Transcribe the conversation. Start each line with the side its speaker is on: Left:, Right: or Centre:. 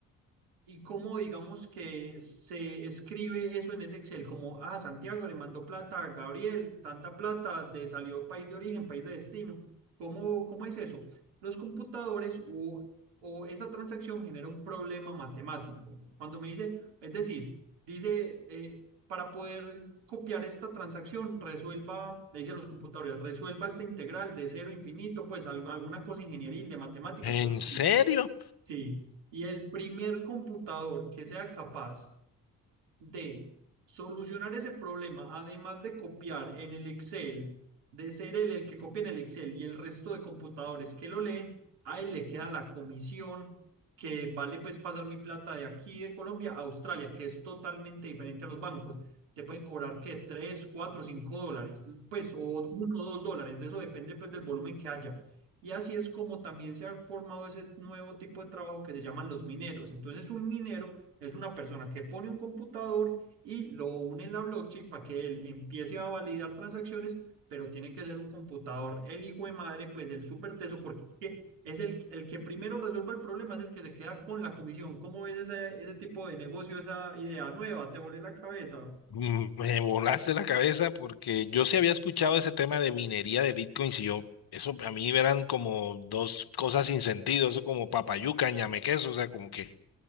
Right: ¿Y cómo digamos que se escribe eso en ese Excel? Como, ah, Santiago le mandó plata a Gabriel, tanta plata, de salió país de origen, país de destino. ¿Cómo, cómo es eso? Los computadores o, o esa transacción genera un problema matemático. Cuando me dice, es decir, dice, eh, para poder copiar esta transacción, resuelva, le dice a los computadores, resuelva esta integral de cero a infinito, pues al- alguna cosa ingenieril de matemáticas,
Left: ¿En
Right: cosas.
Left: serio?
Right: Sí, y el primer computador que sea capaz de Solucionar ese problema, además de copiar en el Excel, de ser él el que copia en el Excel y el resto de computadores que lo leen, a él le queda la comisión que vale pues pasar mi plata de aquí de Colombia a Australia, que es totalmente diferente a los bancos. Te pueden cobrar que 3 4 5 dólares, pues o uno o 2 dólares, de eso depende pues del volumen que haya. Y así es como también se ha formado ese nuevo tipo de trabajo que se llaman los mineros. Entonces un minero es una persona que pone un computador y lo une en la blockchain para que él empiece a validar transacciones, pero tiene que ser un computador, el hijo de madre, pues el súper teso, porque es que es el, el que primero resuelva el problema, es el que se queda con la comisión. ¿Cómo ves ese, ese tipo de negocio, esa idea nueva? ¿Te volé la cabeza?
Left: Mm, Me volaste la cabeza porque yo sí había escuchado ese tema de minería de bitcoins y yo, eso a mí eran como dos cosas sin sentido, eso como papayuca, ñame queso, o sea, como que,